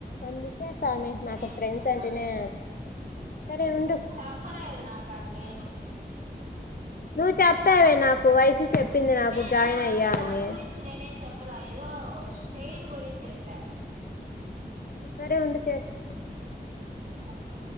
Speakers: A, on the left (about 60°); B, on the right (about 55°).
A: అందుక్ కే సామి నాకు
B: వేస్ట్
A: ఫ్రెండ్స్
B: మొకాలు
A: అంటేనే సరే ఉండు
B: చెప్పలేదు నాకా లేను
A: నువ్వు చప్పావే నాకు వయసు చెప్పింది నాకు
B: మే
A: జాయిన్
B: నేనా
A: అయ్యా
B: పిల్ల దాని
A: అని
B: గురించి నేనేం చెప్పలా ఏదో షైన్ గురించి జెప్ప
A: సరే ఉండు చేస్తా
B: హ్మ్